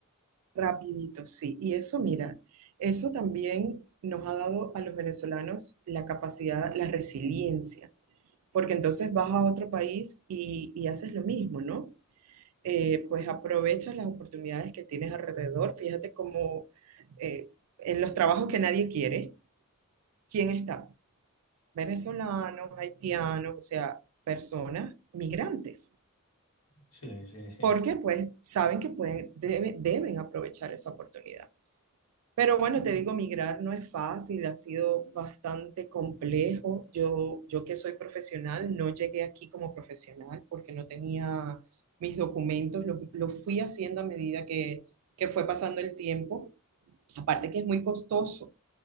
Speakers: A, on the right; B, on the left.
A: Rapidito, sí. Y eso, mira, eso también nos ha dado a los venezolanos la capacidad, la resiliencia, porque entonces vas a otro país y, y haces lo mismo, ¿no? eh, pues aprovechas las oportunidades que tienes alrededor. Fíjate cómo eh, en los trabajos que nadie quiere, ¿quién está? Venezolanos, haitianos, o sea, personas migrantes.
B: Sí, sí, sí.
A: Porque pues saben que pueden, debe- deben aprovechar esa oportunidad. Pero bueno, te digo, migrar no es fácil, ha sido bastante complejo. Yo, yo que soy profesional, no llegué aquí como profesional porque no tenía mis documentos, lo, lo fui haciendo a medida que, que fue pasando el tiempo. Aparte que es muy costoso,